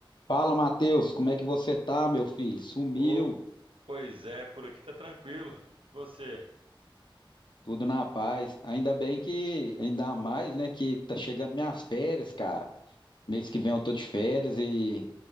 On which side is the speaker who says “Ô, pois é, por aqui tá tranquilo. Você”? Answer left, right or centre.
Right